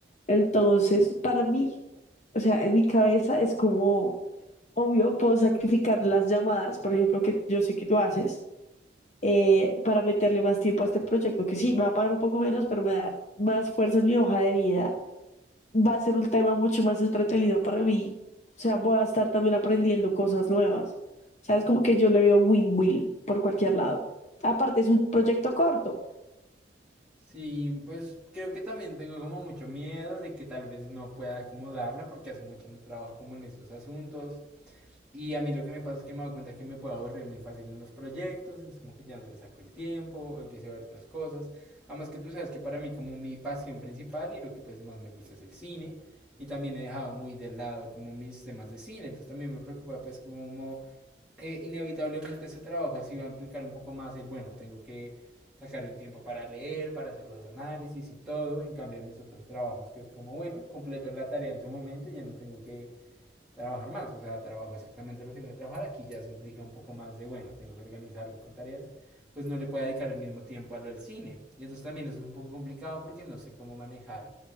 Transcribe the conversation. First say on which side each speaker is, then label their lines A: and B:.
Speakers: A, on the left (about 40°); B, in the centre.
A: Entonces, para mí, o sea, en mi cabeza es como, obvio, puedo sacrificar las llamadas, por ejemplo, que yo sé que tú haces eh, para meterle más tiempo a este proyecto, que sí, me va a pagar un poco menos, pero me va a dar más fuerza en mi hoja de vida. Va a ser un tema mucho más entretenido para mí. O sea, voy a estar también aprendiendo cosas nuevas. O sea, es como que yo le veo win-win por cualquier lado. Aparte, es un proyecto corto.
B: Sí, pues creo que también tengo como mucho miedo de que tal vez no pueda acomodarla porque hace mucho no trabajo como en estos asuntos y a mí lo que me pasa es que me doy cuenta que me puedo aburrir muy fácil en los proyectos, entonces como que ya no le saco el tiempo o empiezo a ver otras cosas. Además que tú sabes que para mí como mi pasión principal y lo que pues más me gusta es el cine y también he dejado muy de lado como mis temas de cine, entonces también me preocupa pues como eh, inevitablemente ese trabajo sí va a implicar un poco más el, bueno, tengo que sacar un tiempo para leer, para hacer los análisis y todo, en cambio en mis otros trabajos, que es como, bueno, completo la tarea en su momento y ya no tengo que trabajar más, o sea, trabajo exactamente lo que tengo que trabajar, aquí ya se implica un poco más de, bueno, tengo que organizarme con tareas, pues no le puedo dedicar el mismo tiempo a lo del cine. Y entonces también eso es un poco complicado porque no sé cómo manejar